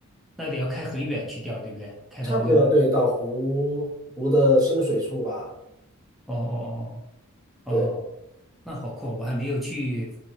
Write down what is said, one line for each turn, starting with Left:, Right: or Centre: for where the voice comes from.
Centre: 那得要开很远去钓，对不对？开到那个，
Right: 差不多要对到湖湖的深水处吧。
Centre: 哦哦哦哦哦，
Right: 对，
Centre: 那好酷哦！我还没有去，